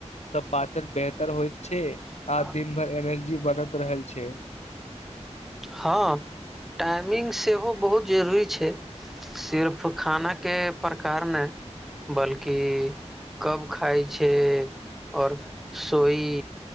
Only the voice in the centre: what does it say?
<inaudible>
हँ टाईमिंग सेहो बहुत जरूरी छै सिर्फ खाना के प्रकार नय बल्कि कब खाइ छे ओर सोई